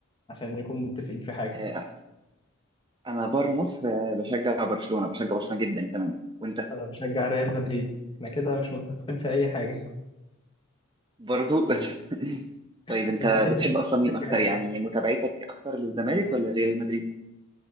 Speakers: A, on the left (about 25°); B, on the right (about 20°).
A: عشان نكون متفقين في حاجه
B: آه، انا بره مصر آه، بشجع برشلونة بشجع برشلونة جدا كمان وانت
A: انا بشجع ريال مدريد احنا كده مش متفقين في اي حاجه
B: برضو <laughs>
A: <laughs>
B: طيب انت
A: انت ايه اللي
B: بتحب
A: خلاك
B: اصلا مين
A: تشجع
B: اكتر
A: الاهلي
B: يعني متابعتك اكتر للزمالك ولا ريال مدريد